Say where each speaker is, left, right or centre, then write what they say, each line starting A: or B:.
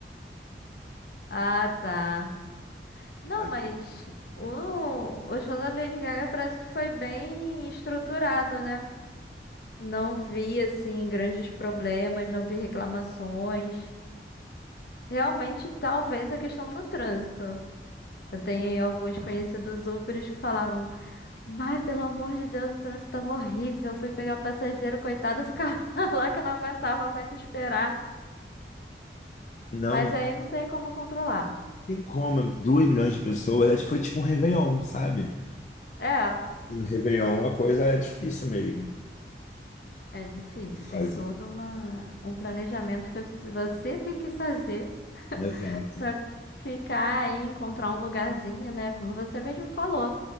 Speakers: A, on the left; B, on the left.
A: Ah, tá. Não,
B: Ah,
A: mas o, o show da Lady Gaga parece que foi bem estruturado, né? Não vi, assim, grandes problemas, não vi reclamações. Realmente, talvez a questão do trânsito. Eu tenho aí alguns conhecidos Ubers que falavam, mas pelo amor de Deus, o trânsito tava horrível. Fui pegar o passageiro, coitado, eu ficava <laughs> lá que eu não aguentava mais esperar.
B: Não
A: Mas aí não tem como controlar.
B: tem como, 2 milhões de pessoas, é, foi tipo um Réveillon, sabe?
A: É,
B: E no Réveillon a coisa é difícil mesmo
A: é difícil.
B: de fazer.
A: Tem todo uma, um planejamento que você tem que fazer
B: Exato.
A: pra ficar aí, encontrar um lugarzinho, né? Como você mesmo falou.